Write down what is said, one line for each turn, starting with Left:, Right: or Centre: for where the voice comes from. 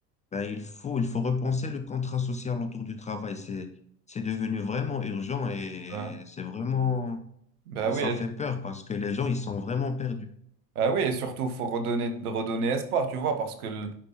Left: Ben, il faut, il faut repenser le contrat social autour du travail. C'est, c'est devenu vraiment urgent et
Right: Ouais.
Left: c'est vraiment,
Right: Ben
Left: ça
Right: oui,
Left: fait peur parce que les gens, ils sont vraiment perdus.
Right: Ah oui, et surtout, faut redonner, redonner espoir, tu vois, parce que le,